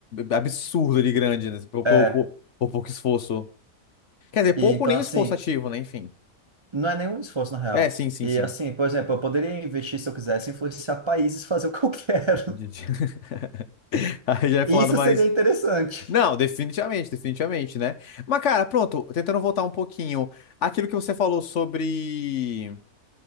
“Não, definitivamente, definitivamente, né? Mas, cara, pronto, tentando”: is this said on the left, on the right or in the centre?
Left